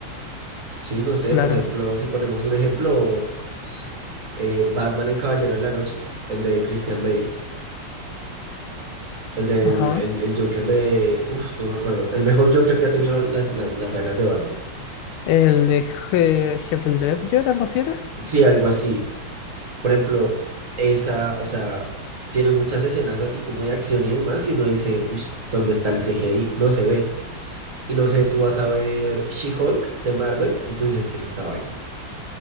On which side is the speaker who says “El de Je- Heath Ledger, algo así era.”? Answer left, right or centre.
Left